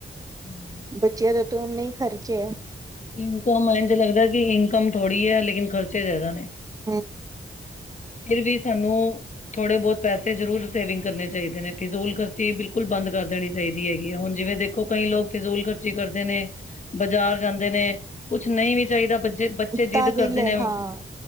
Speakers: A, on the left; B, on the right.
A: ਹਮ।
B: ਬੱਚੇਆਂ ਦਾ ਤਾਂ ਓਨੇ ਈ ਖ਼ਰਚੇ ਐ।
A: ਮੈਨੂੰ ਤਾਂ ਹੁਣ ਇੰਝ ਲੱਗਦਾ ਕਿ ਇਨਕਮ ਥੋੜ੍ਹੀ ਐ ਲੇਕਿਨ ਖਰਚੇ ਜ਼ਾਦਾ ਨੇ,
B: ਹਾਂ
A: ਫਿਰ ਵੀ ਸਾਨੂੰ ਥੋੜੇ ਬੋਤ ਪੈਸੇ ਜ਼ਰੂਰ ਸੇਵਿੰਗ ਕਰਨੇ ਚਾਈਦੇ ਨੇ, ਫਿਜ਼ੂਲ ਖਰਚੀ ਬਿਲਕੁਲ ਬੰਦ ਕਰ ਦੇਣੀ ਚਾਈਦੀ ਹੈਗੀ ਆ, ਹੁਣ ਜਿਵੇਂ ਦੇਖੋ ਤੇ ਕਈ ਲੋਕ ਫਿਜ਼ੂਲ ਖਰਚੀ ਕਰਦੇ ਨੇ, ਬਾਜ਼ਾਰ ਜਾਂਦੇ ਨੇ ਕੁਛ ਨਈ ਵੀ ਚਾਈਦਾ ਬੱਚੇ
B: ਤਾਂ
A: ਜਿੱਦ
B: ਵੀ
A: ਕਰਦੇ
B: ਲੈ
A: ਨੇ
B: ਹਾਂ,